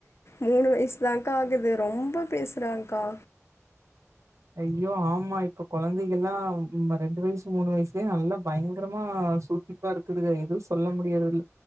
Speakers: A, on the left (about 55°); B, on the right (about 65°).
A: மூணு வய்சு தாங்கா ஆகுது. ரொம்ப பேசுறாங்கா.
B: ஐயோ ஆமா இப்ப கொழந்தைக் கெல்லா ம் ரெண்டு வய்சு மூணு வய்சுலயே நல்லா பயங்கரமா சுர்சுர்பா இருக்குதுக‌ எதூ சொல்ல முடியர்தில்ல